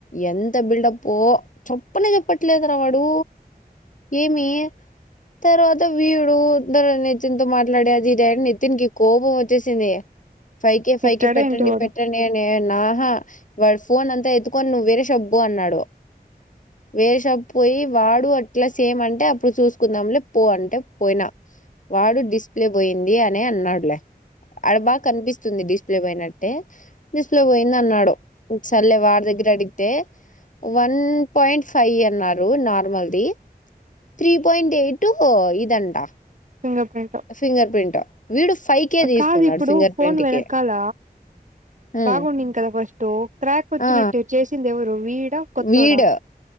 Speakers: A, on the left (about 50°); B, on the right (about 50°).
A: ఎంత బిల్డప్ చొప్పున చెప్పట్లేదు వాడు ఏమి తర్వాత వీడుద్దరు నితిన్ తో మాట్లాడేది రే నితిన్ కి కోపం వచ్చేసింది ఫైక
B: తిట్టాడా
A: ఫైక పెట్టండి
B: ఏంటి వాడు
A: పెట్టండి అనే నా ఆహ వాడు ఫోన్ అంతా ఎత్తుకొని నువ్వు వేరే షాప్ కీ పో అన్నాడు వేరే షాప్ పోయి వాడు అట్లా సేమ్ అంటే అప్పుడు చూసుకుందాంలే పో అంటే పోయినా వాడు డిస్ప్లే పోయింది అనే అన్నాడులే చాలా బాగా కనిపిస్తుంది డిస్ప్లే పోయినట్టే డిస్ప్లే పోయింది అన్నాడు సల్లే వాడి దగ్గర అడి అయితే వన్ పాయింట్ ఫైవ్ అన్నారు నార్మల్ ది త్రీ పాయింట్ ఎయిట్ ఇదంట
B: ఫింగర్ ప్రింట్
A: ఫింగర్ ప్రింట్ వీడు ఫైవ్ కే తీసుకున్నాడు
B: కాదు ఇప్పుడు
A: ఫింగర్
B: ఫన్
A: ప్రింట్
B: వెనుకాల
A: కి ఉమ్,
B: బాగుండిను కదా ఫస్ట్ క్రాక్ వచ్చినట్టు
A: ఆ
B: చేసింది ఎవరు వీడా కొత్తోడా
A: వీడు